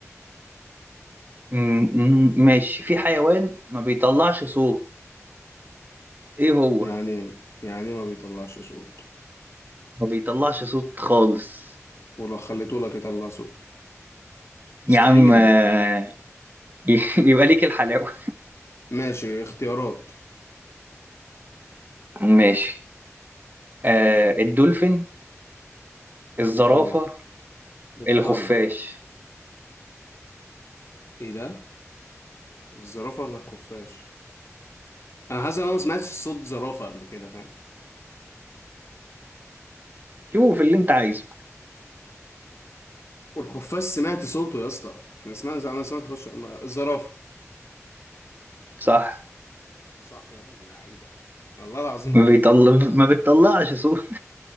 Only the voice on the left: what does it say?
يعني يعني ما بيطلعش صوت
ولو خليته لك يطلع صوت مستحيل
ماشي اختيارات
بيطلع بتطلع
ايه ده الزرافة ولا الخفاش انا حاسس ان انا ما سمعتش صوت زرافة قبل كده فاهم
والخفاش سمعت صوته يا اسطى احنا سمعنا انا سمعت خش الزرافة
صح يا ابن اللعيبة والله العظيم
عالمي